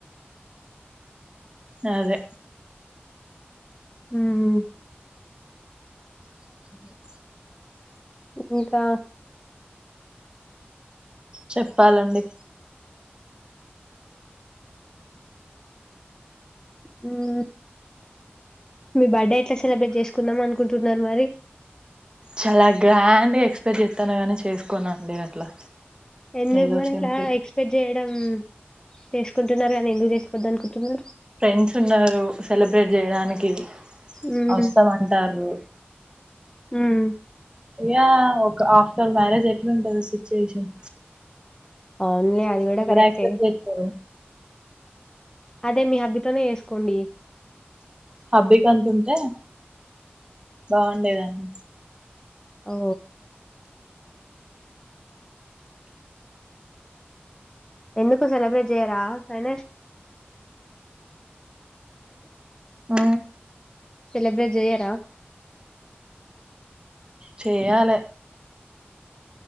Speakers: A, on the right; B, on the left.
A: అదే
B: హుమ్
A: అ
B: ఇంకా
A: చెప్పాలండి
B: ఉమ్ మీ బర్త్డే ఎట్లా సెలబ్రేట్ చేసుకుందాం అనుకుంటున్నారు మరి
A: చాలా గ్రాండ్గా ఎక్స్పెక్ట్ చేత్తన గాని చేసుకోనండి అట్లా
B: ఎందుకు
A: ఏదో
B: మరి
A: సింపుల్
B: అట్ల ఎక్స్పెక్ట్ చేయడం చేసుకుంటున్నారు కానీ ఎందుకు చేసుకోద్దనుకుంటున్నారు
A: ఫ్రెండ్స్ ఉన్నారు సెలబ్రేట్ చేయడానికి
B: మ్మ్
A: వస్తామంటార్రు
B: మ్మ్
A: ఇగ ఒక్ ఆఫ్టర్ మ్యారేజ్ ఎట్లుంటది సిచ్యుయేషన్
B: అవునులే అది కూడా
A: ఎవరు
B: కరెక్టే
A: అక్సేట్ చేతుర్రు
B: అదే మీ హబ్బితోనే చేసుకోండి
A: హబీకంతుంటే బాగుండేదండి
B: ఓ ఎందుకు సెలబ్రేట్ చేయరా అనేష్
A: మ్
B: సెలబ్రేట్ చెయ్యారా
A: చెయ్యాలే